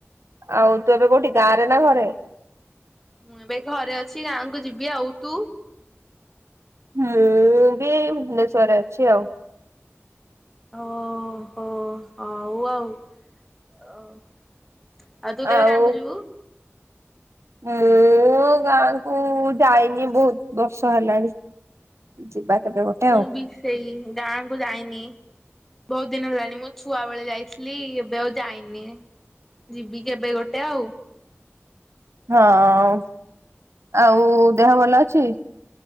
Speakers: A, on the right; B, in the centre.
A: ଆଉ ତୁ ଏବେ କୋଉଠି ଗାଁରେ ନାଁ ଘରେ?
B: ମୁଁ ଏବେ ଘରେ ଅଛି ଗାଁକୁ ଯିବି ଆଉ। ତୁ?
A: ମୁଁ ବି ଭୁବନେଶ୍ଵର ଅଛି ଆଉ‌।
B: ଓ ହୋ ହଉ ଆଉ। ଅ ଆଉ ତୁ କେବେ
A: ଆଉ
B: ଗାଁକୁ ଯିବୁ?
A: ମୁଁ ଗାଁକୁ ଯାଇନି ବୋହୁତ ବର୍ଷ ହେଲାଣି ଯିବା। କେବେ ଗୋଟେ
B: ମୁଁ
A: ଆଉ
B: ବି ସେଇ ଗାଁକୁ ଯାଇ ନି ବୋହୁତ ଦିନ ହେଲାଣି ମୁଁ ଛୁଆ ବେଳେ ଯାଇଥିଲି ଏବେ ଆଉ ଯାଇନି ଯିବି କେବେ ଗୋଟେ ଆଉ।
A: ହଁ। ଆଉ ଦେହ ଭଲ ଅଛି?